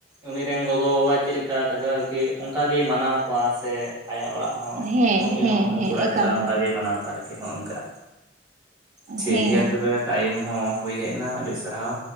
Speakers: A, on the right (about 20°); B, on the right (about 40°).
A: ᱩᱱᱤ ᱨᱮᱱ ᱜᱚᱜᱚ ᱵᱟᱵᱟ ᱪᱤᱫ ᱞᱮᱠᱟ, ᱠᱟᱠᱟ ᱠᱟᱠᱤ ᱚᱱᱠᱟ ᱜᱮᱭ ᱢᱟᱱᱟᱣ ᱠᱚᱣᱟ ᱥᱮ ᱟᱭᱟᱜ ᱚᱲᱟᱜ ᱦᱚᱸ
B: ᱦᱮᱸ
A: ᱱᱩᱭ
B: ᱦᱮᱸ
A: ᱦᱚᱸ ᱩᱱᱠᱩ
B: ᱦᱮᱸ
A: ᱚᱲᱟᱜ
B: ᱮᱠᱟᱞ
A: ᱪᱟᱞᱟᱜ ᱚᱱᱠᱟ
B: ᱜᱮ
A: ᱜᱮᱭ ᱢᱟᱱᱟᱣ ᱟᱨᱠᱤ ᱦᱚᱸᱜ ᱱᱚᱝᱠᱟ, ᱴᱷᱤᱠ
B: ᱦᱮᱸ
A: ᱜᱮᱭᱟ ᱛᱚᱵᱮ ᱴᱟᱭᱤᱢ ᱦᱚᱸ ᱦᱩᱭ ᱦᱮᱡ ᱮᱱᱟ, ᱟᱹᱰᱤ ᱥᱟᱨᱦᱟᱣ᱾